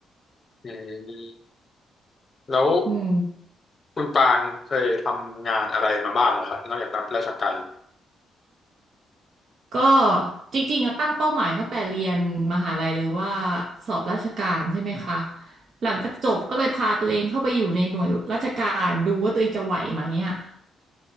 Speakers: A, on the left; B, on the right.
A: อืมแล้ว
B: อืม
A: คุณปางเคยทำงานอะไรมาบ้างเหรอครับนอกจากรับราชการ
B: ก็จริงๆอะตั้งเป้าหมายตั้งแต่เรียนมหาลัยเลยว่าสอบราชการใช่ไหมคะหลังจากจบก็เลยพาตัวเองเข้าไปอยู่ในหน่วยราชการดูว่าตัวเองจะไหวไหมอ่ะ